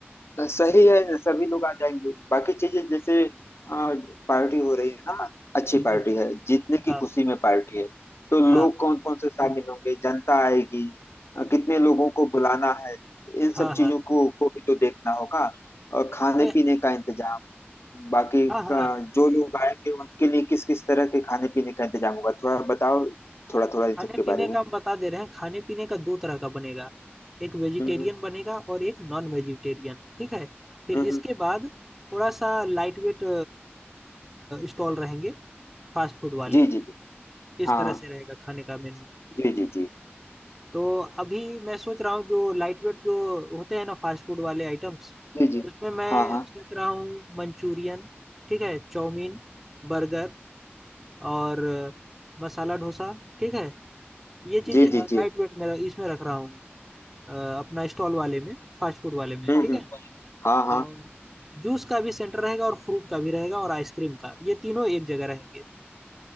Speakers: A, on the left (about 75°); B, in the centre.
A: सही है सभी लोग आ जाएंगे बाकी चीजें जैसे अ, पार्टी हो रही है ना अच्छी
B: जी
A: पार्टी
B: जी
A: है जीतने की
B: हाँ
A: खुशी में पार्टी है तो
B: हाँ
A: लोग कौन कौन से शामिल होंगे जनता आएगी अ, कितने लोगों को बुलाना है इन सब
B: हाँ हाँ
A: चीजों को, को भी तो देखना होगा और खाने
B: तो
A: पीने का इंतजाम बाकी
B: हाँ हाँ
A: का, जो लोग आएंगे उनके लिए किस किस तरह के खाने पीने का इंतजाम होगा थोड़ा बताओ थोड़ा थोड़ा इन
B: खाने
A: सब के
B: पीने
A: बारे
B: का
A: में
B: हम बता दे रहे हैं खाने पीने का दो तरह का बनेगा एक वेजिटेरियन
A: हम्म
B: बनेगा और एक नॉन वेजिटेरियन ठीक है फिर
A: हम्म हम्म,
B: इसके बाद थोड़ा सा लाइट वेट स्टॉल रहेंगे फास्ट फूड वाले
A: जी जी जी,
B: इस
A: हाँ
B: तरह
A: हाँ,
B: से रहेगा खाने का मेन्यू
A: जी जी जी
B: तो अभी मैं सोच रहा हूँ जो लाइट वेट जो होते हैं ना फास्ट फूड वाले आइटम्स
A: जी जी
B: उसमें मैं
A: हाँ हाँ
B: सोच रहा हूँ मंचूरियन ठीक है चाउमीन बर्गर और अ, मसाला डोसा ठीक है ये चीज
A: जी
B: लाइट
A: जी जी
B: वेट में इसमें रख रहा हूँ अ, अपना स्टॉल वाले में फास्ट फूड वाले में
A: हम्म
B: ठीक
A: हम्म
B: है
A: हाँ हाँ
B: और जूस का भी सेंटर रहेगा और फ्रूट का भी रहेगा और आइसक्रीम का ये तीनों एक जगह रहेंगे